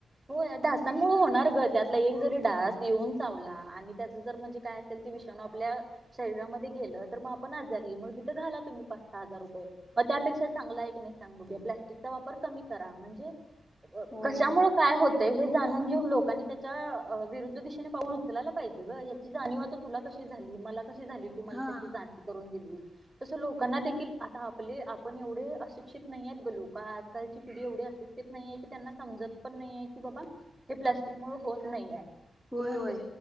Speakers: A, on the right; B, in the centre.
A: हो या डासांमुळे होणार ग. त्यातला एक जरी डास येऊन चावला आणि, त्याच जर म्हणजे काय असेल ते विषाणू आपल्या शरीरामध्ये गेल तर मग आपण आजारी. मग तिथ घाला तुम्ही पाच सहा हजार रुपये. मग त्यापेक्षा चांगला आहे की नाही सांग बघू. प्लास्टिकचा वापर कमी करा. म्हणजे
B: होय
A: कशामुळे
B: होय
A: काय होतय, हे जाणून घेऊन लोकांनी त्याच्या विरुद्ध दिशेने पाऊल उचलायला पाहिजे ग. याची जाणीव आता तुला कशी झाली. मला कशी झाली. तू मला
B: हा
A: त्याची जाणीव करून दिली. तसं लोकांना देखील आता आपले आपण एवढे अशिक्षित नाही आहेत ग लोक आजकालची पिढी एवढी अशिक्षित नाही आहे. त्यांना समजत पण नाही की बाबा, हे प्लास्टिक मुळ होत नाहीय.
B: होय
A: तू म्हणतेस
B: होय